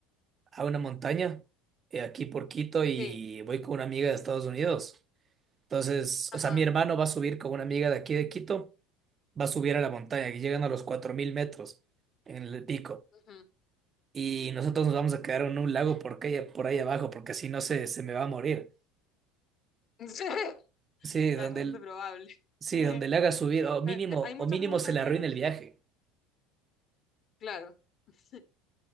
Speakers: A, on the right; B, on the left.
A: a una montaña, eh, aquí por Quito, y
B: Sí.
A: voy con una amiga de Estados Unidos. Entonces,
B: Ajá.
A: o sea, mi hermano va a subir con una amiga de aquí de Quito, va a subir a la montaña, que llegan a los 4.000 metros en el pico.
B: Ujú.
A: Y nosotros nos vamos a quedar en un lago porque, por ahí abajo, porque si no se, se me va a morir.
B: <laughs>
A: Sí,
B: Ya,
A: donde,
B: es bastante
A: el-
B: probable.
A: sí,
B: <laughs>
A: donde le haga subir, o mínimo,
B: Eh, Hay muchas
A: o mínimo
B: montañas,
A: se le arruine el viaje.
B: claro, <laughs>